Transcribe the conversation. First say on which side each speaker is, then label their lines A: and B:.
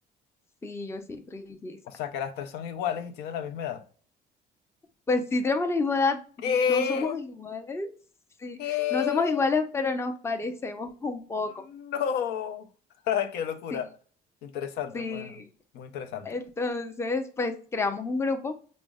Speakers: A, on the left (about 15°); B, on the left (about 80°).
A: Sí, yo sí, trilliza.
B: o sea que las tres son iguales y tienen la misma edad.
A: Pues sí, tenemos la misma edad,
B: ¿Qué?
A: no somos iguales, sí,
B: ¿Qué?
A: no somos iguales, pero nos parecemos un poco,
B: No. <laughs> Qué locura.
A: sí,
B: Interesante,
A: sí.
B: muy, muy interesante.
A: Entonces, pues creamos un grupo